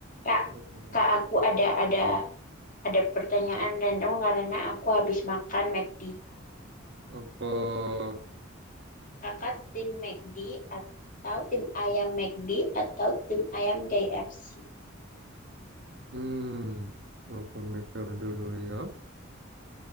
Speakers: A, on the left (about 40°); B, on the right (about 55°).
A: Kak,
B: Eh,
A: kak aku ada ada ada pertanyaan random karena aku habis makan McD.
B: apa?
A: Kakak tim McD atau tim ayam McD atau tim ayam KFC?
B: Hmm, aku mikir dulu ya.